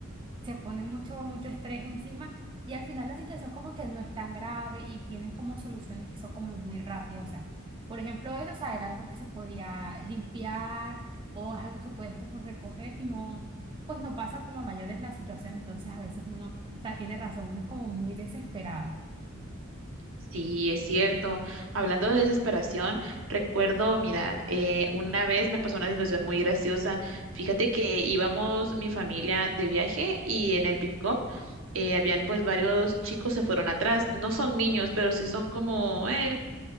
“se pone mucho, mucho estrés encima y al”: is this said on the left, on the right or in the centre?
Right